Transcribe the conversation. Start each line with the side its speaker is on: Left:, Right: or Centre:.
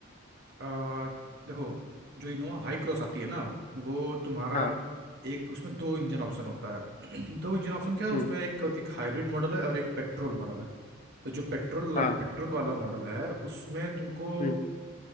Right: आ, देखो जो इनोवा हाई क्रॉस आती है ना वो तुम्हारा
Left: हाँ
Right: एक उसमें दो इंजन ऑप्शन होता है <clears throat> दो इंजन ऑप्शन क्या है
Left: हम्म
Right: उसमें एक एक हाइब्रिड मॉडल है और एक पेट्रोल मॉडल है तो जो पेट्रोल
Left: हाँ
Right: पेट्रोल वाला मॉडल है उसमें तुमको
Left: हम्म